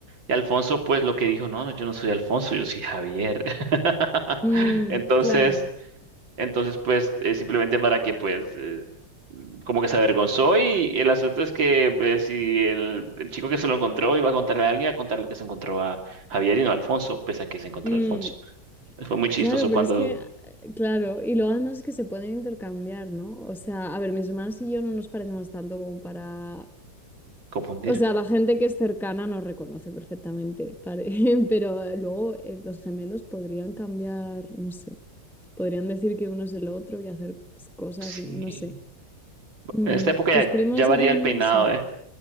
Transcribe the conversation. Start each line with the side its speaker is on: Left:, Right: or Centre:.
Right: Y Alfonso, pues lo que dijo, no, no, yo no soy Alfonso, yo soy Javier. <laughs>
Centre: mm,
Right: Entonces,
Centre: claro.
Right: entonces, pues, eh, simplemente para que, pues, eh, como que se avergonzó y el asunto es que eh, si el, el chico que se lo encontró iba a contarle a alguien, a contarle que se encontró a Javier y no a Alfonso, pese a que se encontró
Centre: mm,
Right: a Alfonso. Fue muy chistoso
Centre: Claro, pero
Right: cuando
Centre: es que, eh, claro, y lo además es que se pueden intercambiar, ¿no? O sea, a ver, mis hermanos y yo no nos parecemos tanto como para...
Right: confundir.
Centre: O sea, la gente que es cercana nos reconoce perfectamente, pare- <laughs> pero eh, luego eh, los gemelos podrían cambiar, no sé, podrían decir que uno es el otro y hacer pues, cosas
Right: Sí.
Centre: y no sé. Mm,
Right: En esta época
Centre: ¿Tus
Right: ya,
Centre: primos
Right: ya varía
Centre: hacen
Right: el peinado,
Centre: eso?
Right: ¿eh?